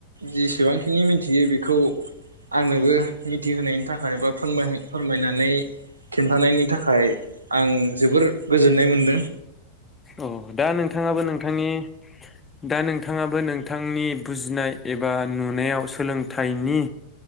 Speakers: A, on the right; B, on the left.
A: जेसेबां खिनि मिन्थियो बेखौ आंनोबो मिथिहोनायनि थाखाय बा फोरहाय फोरमायनानै खिन्थानायनि थाखाय आं जोबोर गोजोननाय मोन्दों।
B: औ दा नोंथाङाबो नोंथांनि दा नोंथाङाबो नोंथांनि बुजिनाय एबा नुनायाव सोलोंथाइनि